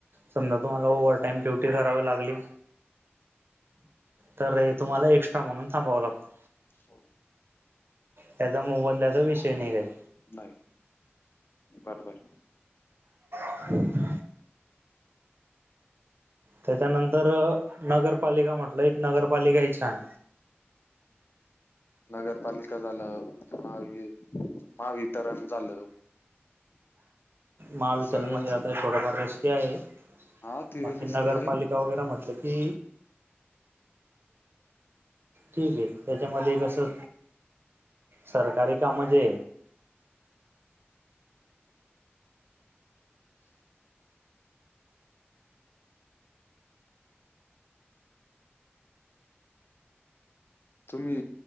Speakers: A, on the right; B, on the left.
A: समजा तुम्हाला ओवर टाईम ड्युटी करावी लागली तर हे तुम्हाला एक्स्ट्रा म्हणून थांबावं लागतं.
B: हो,
A: त्याचा मोबदल्याचा विषय नाही काही.
B: नाही, बर बर.
A: <inaudible> त्याच्यानंतर नगरपालिका म्हटलं, एक नगरपालिका आहे छान.
B: नगरपालिका झालं पुन्हा हे. महावितरण झालं.
A: महावितरणमध्ये
B: सगळ्यांच
A: आता थोडंफार रिस्की आहे
B: हा ते
A: बाकी
B: रिस्क
A: नगरपालि
B: आहे
A: ताव वगैरे म्हटलं की ठीक आहे, त्याच्यामध्ये कसं. सरकारी कामं जे
B: तुम्ही